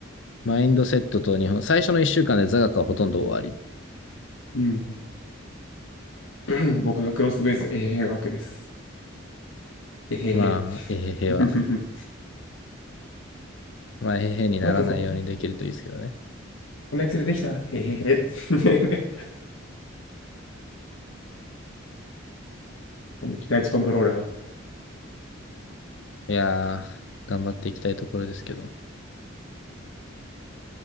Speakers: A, on the left; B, on the left.
A: マインドセットと日本、最初の1週間で座学はほとんど終わり。
B: うん。<clears throat> 僕がクロスベースの A 学です。えへへ。
A: まあ、えへへは、
B: <laughs>
A: まあ、えへへにならないようにできるといいですけどね。
B: うまくここのエクセルできたえへへ。<laughs> この期待値コントローラー。
A: いやー、頑張っていきたいところですけど。